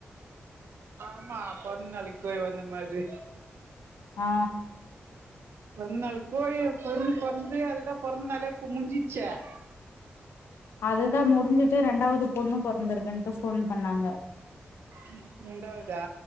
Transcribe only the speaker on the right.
ஆமா பொறந்தநாளைக்கி போய் வந்தமே அது
பொறந்த நாளைக்கு போய் பொண்ணு பொறந்து அதுதா பொறந்த நாளே முடிஞ்சிச்சே <inaudible>
ம் ரெண்டாவத் தா